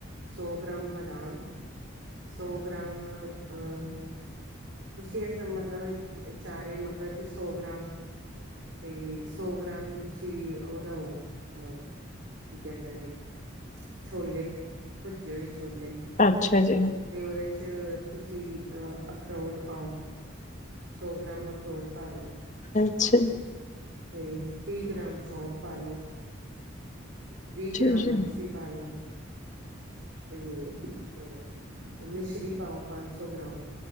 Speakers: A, on the right (about 70°); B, on the left (about 40°).
A: ਸੌ ਗ੍ਰਾਮ ਬਦਾਮ ਸੌ ਗ੍ਰਾਮ ਅਹ ਤੁਸੀਂ ਇਸ ਮਤਲਬ ਚਾਰੇ ਮਗਜ਼ ਸੌ ਗ੍ਰਾਮ ਤੇ ਸੌ ਗ੍ਰਾਮ ਹੀ ਤੁਸੀਂ ਨਾ ਉਹ ਹੋ <unintelligible> ਕੀ ਕੇਦੇ ਨੇੇ ਛੋਲੇ। ਪੁਜੇ਼ ਹੋੲ। ਛੋਲੇ
B: ਅੱਛਾ ਜੀ,
A: ਤੇ ਔਹਦੇ ਚ ਤੁਸੀਂ ਅ ਅਖਰੋਟ ਪਾਓ। ਸੌ ਗ੍ਰਾਮ ਅਖਰੋਟ ਪਾ ਲਓ।
B: ਅੱਛਾ, ਅੱਛਾ
A: ਤੇ ਤ੍ਰੀ ਗ੍ਰਾਮ ਸੌਂਪ ਪਾ ਲੋ। ਵੀਹ ਗ੍ਰਾਮ
B: ਜੀ।
A: ਅਲਸੀ ਪਾ ਲੋ। ਹਮ ਉਹ ਮਿਸ਼ਰੀ ਪਾਓ ਪੰਜ ਸੌ ਗ੍ਰਾਮ।